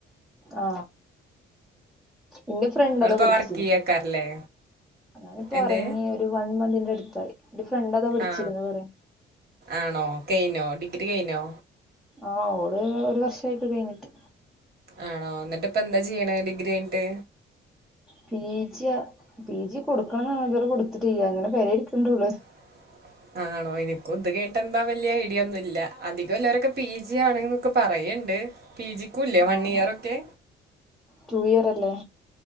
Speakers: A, in the centre; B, on the right.
A: ആ ഇന്ന ഫ്രണ്ടതാ
B: നിങ്ങളിപ്പോ
A: പഠിച്ചിരുന്നു
B: വർക്ക് ചെയ്യക്കാരല്ലേ
A: <unintelligible> പ്പോൊ
B: എന്ത്
A: ഇറങ്ങി ഒരു വൺ മന്തിന്റെ അടുത്തായി എന്റെ ഫ്രണ്ട് അതാ വിടിച്ചിന്ന്
B: ആ
A: പറയാ
B: ആണോ കഴിഞ്ഞോ ഡിഗ്രി കഴിഞ്ഞോ
A: ആ ഓള് ഒരു വർഷയിട്ട് കഴിഞ്ഞിട്ട്
B: ആണോ എന്നിട്ട് ഇപ്പ എന്താ ചെയ്യണ ഡിഗ്രി അയിട്ട്
A: പീജിയ പീ ജി കൊടുക്കണം എന്നാണ്തുവരെ കൊടുത്തിട്ട ചെയ്യ അങ്ങനെ പേ ഇരിക്കണ്ടള്ളു
B: <unintelligible> ആണോ എനിക്കും ഇത് കേിട്ട എന്താ വലിയ ഐഡിയ ഒന്നും ഇല്ല അധികംല്ലരൊക്കെ പി ജി ആണ് എന്നൊക്കെ പറയ ഉണ്ട് പി ജിക്കും ഇല്ലേ
A: ആഹ്
B: വൺ ഇയർ ഒക്കെ
A: ടു ഇയർ അല്ലേ